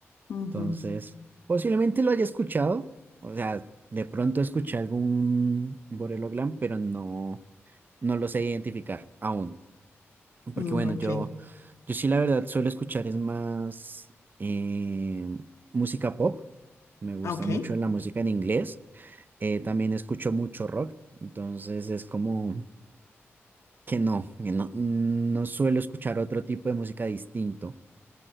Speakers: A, on the left (about 80°); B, on the right (about 40°).
A: Ujú.
B: Entonces, posiblemente lo haya escuchado, o sea, de pronto escuché algún Borelo Glam, pero no, no lo sé identificar aún. Porque
A: Mm,
B: bueno,
A: ok,
B: yo, yo sí la verdad suelo escuchar es más eh, música pop. Me gusta
A: ah, ok.
B: mucho la música en inglés. Eh, también escucho mucho rock. Entonces es como que no, que no, no suelo escuchar otro tipo de música distinto.